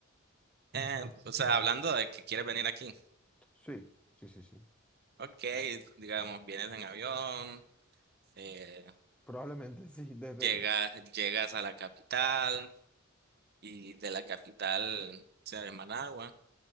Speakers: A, on the right (about 50°); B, in the centre.
A: Eh, o sea, hablando de que quieres venir aquí.
B: Sí, sí, sí, sí.
A: Ok, digamos, vienes en avión, eh,
B: Probablemente <laughs> sí, desde...
A: llegas, llegas a la capital y de la capital, o sea, de Managua,